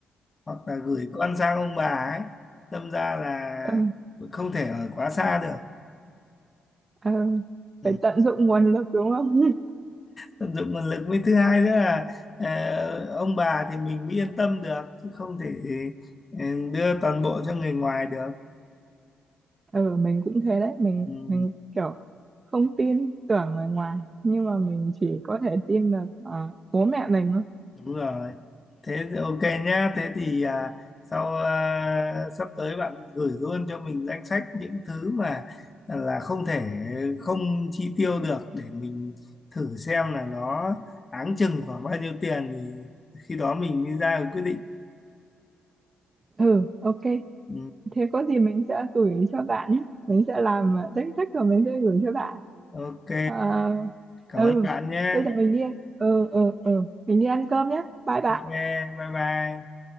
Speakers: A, on the left; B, on the right.
A: hoặc là gửi con sang ông bà ấy đâm ra là
B: ừ,
A: không thể ở quá xa được
B: ừ.
A: Ừ.
B: phải tận dụng nguồn lực đúng không
A: tận dụng nguồn lực với thứ hai nữa là ờ, ông bà thì mình mới yên tâm được chứ không thể ờ, đưa toàn bộ cho người ngoài được
B: <laughs> ừ mình cũng thế đấy mình
A: ừ,
B: mình kiểu không tin tưởng người ngoài nhưng mà mình chỉ có thể tin được ờ, bố mẹ mình thôi
A: đúng rồi thế thì ok nhá thế thì à, sau à, sắp tới bạn gửi luôn cho mình danh sách những thứ mà à, là không thể không chi tiêu được để mình thử xem là nó áng chừng khoảng bao nhiêu tiền thì khi đó mình mới ra được quyết định
B: ừ ok
A: ừ,
B: thế có gì mình sẽ gửi cho bạn nhé mình sẽ làm ờ, danh sách rồi mình sẽ gửi cho bạn
A: ok
B: Ờ,
A: cảm
B: ừ
A: ơn bạn nhé
B: bây giờ mình đi ừ ừ ừ mình đi ăn cơm nhé bye bye
A: ok bye bye